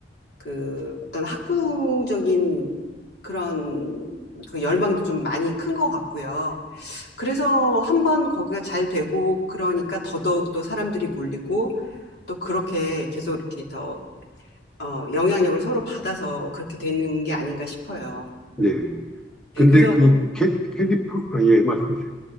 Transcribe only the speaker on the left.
그 어떤 학구적인 그런 그 열망도 좀 많이 큰 것 같고요. 그래서 한번 거기가 잘 되고 그러니까 더더욱 또 사람들이 몰리고 또 그렇게 계속 이렇게 더 어, 영향력을 서로 받아서 그렇게 되는 게 아닌가 싶어요.
예, 그래서